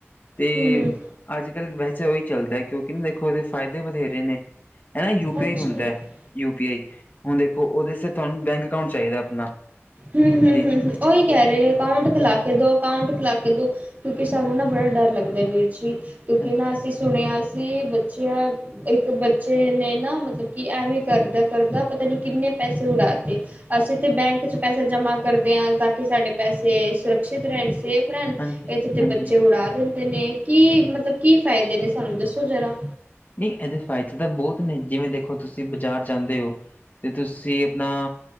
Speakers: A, on the left; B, on the right.
A: ਤੇ,
B: ਹੂੰ
A: ਅੱਜ ਕੱਲ੍ਹ ਵੈਸੇ ਉਹੀ ਚੱਲਦਾ, ਕਿਉਂਕਿ ਨਾ ਦੇਖੋ ਇਹਦੇ ਫ਼ਾਇਦੇ ਬਥੇਰੇ ਨੇ ਹਨਾ, ਯੂ ਪੀ
B: ਅੱਛਾ-ਅੱਛਾ।
A: ਆਈ ਹੁੰਦਾ ਹੈ, ਯੂ ਪੀ ਆਈ, ਹੁਣ ਦੇਖੋ ਉਹਦੇ ਤੁਹਾਨੂੰ ਬੈਂਕ ਅਕਾਊਂਟ ਚਾਹੀਦਾ ਆਪਣਾ
B: ਹਮ- ਹਮ-
A: ਤੇ
B: ਹਮ ਹ ਉਹੀ ਕਹਿ ਰਹੇ ਨੇ ਅਕਾਊਂਟ ਖਲਾ ਕੇ ਦੋ ਅਕਾਊਂਟ ਖਿਲਾ ਕੇ ਦੋ, ਕਿਉਂਕਿ ਸਾਨੂੰ ਨਾ ਬੜਾ ਡਰ ਲੱਗਦਾ ਵੀਰ ਜੀ, ਕਿਉਂਕਿ
A: ਹਾਂਜੀ
B: ਨਾ ਅਸੀਂ ਸੁਣਿਆ ਸੀ, ਬੱਚਿਆਂ ਇੱਕ ਬੱਚੇ ਨੇ ਨਾ, ਮਤਲਬ ਕਿ ਐਵੇਂ ਕਰਦਾ- ਕਰਦਾ ਪਤਾ ਨੀ ਕਿੰਨੇ ਪੈਸੇ ਉਡਾਤੇ ਅਸੀਂ ਤਾਂ ਬੈਂਕ 'ਚ ਪੈਸੇ ਜਮਾ ਕਰਦੇ ਹਾਂ, ਤਾਂ ਕਿ ਸਾਡੇ ਪੈਸੇ ਸੁਰੱਖਿਅਤ ਰਹਿਣ ਸੇ ਭੈਣ,
A: ਹਾਂਜੀ
B: ਇਥੇ ਤੇ
A: ਹਾਂਜੀ
B: ਬੱਚੇ ਉਡਾ ਦਿੰਦੇ ਨੇ, ਕੀ ਮਤਲਬ, ਕੀ ਫ਼ਾਇਦੇ ਨੇ ਸਾਨੂੰ ਦੱਸੋ ਜਰਾ
A: ਨਹੀਂ ਇਹਦੇ ਫ਼ਾਇਦੇ ਤਾਂ ਬਹੁਤ ਨੇ, ਜਿਵੇਂ ਦੇਖੋ ਤੁਸੀਂ ਬਾਜ਼ਾਰ ਜਾਂਦੇ ਹੋ ਤੇ ਤੁਸੀਂ ਆਪਣਾ